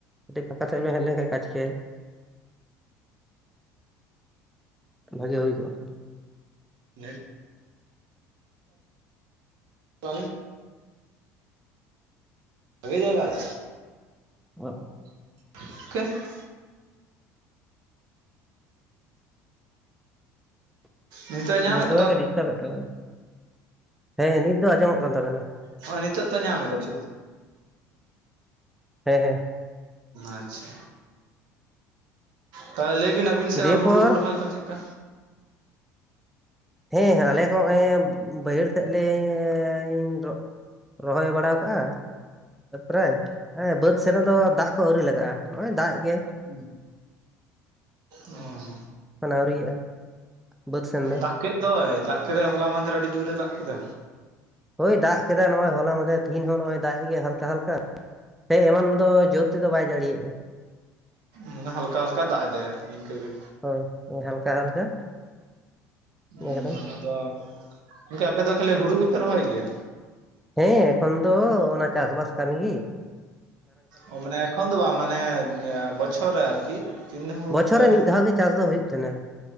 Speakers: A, in the centre; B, on the right.
A: ᱠᱟᱹᱴᱤᱡ ᱯᱷᱟᱠᱟ ᱥᱮᱫ ᱵᱮᱱ ᱦᱮᱡ ᱞᱮᱜᱠᱷᱟᱡ ᱠᱟᱡ ᱠᱮᱭᱟᱭ᱾ ᱵᱷᱟᱜᱮ ᱦᱩᱭ ᱠᱚᱜᱼᱟ᱾
B: <inaudible> ᱟᱹᱞᱤᱧ ᱵᱷᱟᱜᱮ ᱡᱟᱭᱜᱟ ᱨᱮ᱾
A: ᱚ᱾
B: <inaudible> ᱱᱤᱛᱚᱜ ᱧᱟᱢ
A: ᱱᱮᱴᱣᱟᱨᱠ
B: ᱱᱚᱜᱼᱚᱭ
A: ᱮ ᱰᱤᱥᱴᱟᱵᱮᱫ ᱛᱟᱵᱮᱱ᱾ ᱦᱮᱸ ᱱᱤᱛ ᱫᱚ ᱟᱸᱡᱚᱢᱚᱜ ᱠᱟᱱ ᱛᱟᱵᱮᱱᱟ᱾
B: ᱦᱚᱸᱜᱼᱚᱭ ᱱᱤᱛᱚᱜ ᱛᱚ ᱧᱟᱢ ᱮᱫᱟ ᱴᱷᱤᱠ ᱜᱮ᱾ ᱦᱩᱸ᱾
A: ᱦᱮᱸ ᱦᱮᱸ᱾
B: ᱟᱪᱪᱷᱟ, ᱛᱟᱦᱚᱞᱮ ᱞᱟᱹᱭ ᱵᱤᱱ ᱟ ᱟᱹᱵᱤᱱ ᱥᱮᱫ
A: ᱫᱤᱭᱮᱯᱚᱨ
B: ᱦᱩᱲᱩ ᱨᱚᱦᱚᱭ ᱠᱚ ᱪᱮᱫᱠᱟ?
A: ᱦᱮᱸ ᱟᱞᱮ ᱠᱚ ᱮᱸᱻ ᱵᱟᱹᱭᱦᱟᱹᱲ ᱛᱮᱫ ᱞᱮᱻ ᱤᱧ ᱨᱚᱜ ᱨᱚᱦᱚᱭ ᱵᱟᱲᱟᱣ ᱠᱟᱜᱼᱟ᱾ ᱯᱨᱟᱭ, ᱦᱮᱸ ᱵᱟᱹᱫ ᱥᱮᱱ ᱨᱮᱫᱚ ᱫᱟᱜ ᱠᱚ ᱟᱹᱣᱨᱤ ᱞᱟᱜᱟᱜ-ᱟ ᱱᱚᱜᱼᱚᱭ ᱫᱟᱜ ᱮᱜ ᱜᱮᱭᱟᱭ᱾
B: ᱦᱩᱸ, ᱚᱻ᱾
A: ᱠᱟᱱᱟ ᱟᱹᱣᱨᱤᱭᱟᱜᱼᱟ᱾ ᱵᱟᱹᱫᱽ ᱥᱮᱱ ᱫᱚ
B: ᱫᱟᱜ ᱠᱮᱫ ᱫᱚᱭ, ᱫᱟᱜ ᱠᱮᱫᱟᱭ ᱦᱚᱞᱟ ᱢᱟᱫᱷᱮᱨ ᱟᱹᱰᱤ ᱡᱳᱨᱮ ᱫᱟᱜ ᱠᱮᱫᱟ᱾
A: ᱦᱳᱭ ᱫᱟᱜ ᱠᱮᱫᱟᱭ ᱱᱚᱜᱼᱚᱭ ᱦᱚᱞᱟ ᱢᱟᱫᱷᱮᱨ ᱛᱮᱦᱤᱧ ᱦᱚᱸ ᱱᱚᱜᱼᱚᱭ ᱫᱟᱜ ᱮᱜ ᱜᱮᱭᱟ ᱦᱟᱞᱠᱟ ᱦᱟᱞᱠᱟ᱾ ᱦᱮᱸ ᱮᱢᱟᱱ ᱫᱚ ᱡᱳᱨ ᱛᱮᱫᱚ ᱵᱟᱭ ᱡᱟᱹᱲᱤᱭᱮᱜᱼᱟ᱾
B: ᱢᱟᱱᱮ ᱦᱟᱞᱠᱟ ᱦᱟᱞᱠᱟ ᱫᱟᱜ ᱮᱫᱟᱭ ᱟᱨᱠᱤ ᱤᱝᱠᱟᱹ ᱜᱮ᱾
A: ᱦᱳᱭ ᱮ ᱦᱟᱞᱠᱟ ᱦᱟᱞᱠᱟ᱾
B: ᱩᱸᱻ
A: ᱮᱠᱫᱚᱢ
B: ᱟᱫᱚ ᱜᱚᱝᱠᱮ ᱟᱯᱮ ᱫᱚ ᱠᱷᱟᱹᱞᱤ ᱦᱩᱲᱩ ᱜᱮᱯᱮ ᱨᱚᱦᱚᱭ ᱜᱮᱭᱟ?
A: ᱦᱮᱸ ᱮᱠᱷᱚᱱ ᱫᱚ ᱚᱱᱟ ᱪᱟᱥ ᱵᱟᱥ ᱠᱟᱹᱢᱤ ᱜᱤ᱾
B: ᱚ ᱢᱟᱱᱮ ᱮᱠᱷᱚᱱ ᱫᱚ ᱵᱟᱝ ᱢᱟᱱᱮ ᱵᱪᱷᱚᱨ ᱨᱮ ᱟᱨᱠᱤ, ᱛᱤᱱ ᱫᱷᱟᱣ ᱦᱩᱲᱩ
A: ᱵᱚᱪᱷᱚᱨ
B: ᱯᱮ
A: ᱨᱮ ᱢᱤᱫ ᱫᱷᱟᱣ ᱜᱮ ᱪᱟᱥ ᱫᱚ ᱦᱩᱭᱩᱜ ᱛᱟᱦᱮᱸᱱᱟ᱾